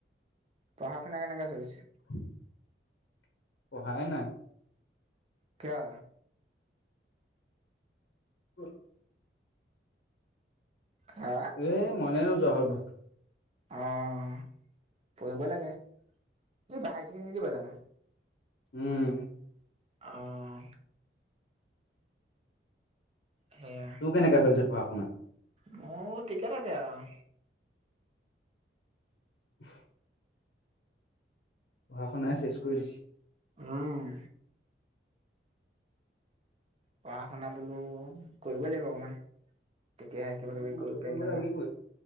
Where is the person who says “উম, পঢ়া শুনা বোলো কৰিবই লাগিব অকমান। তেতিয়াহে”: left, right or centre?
Right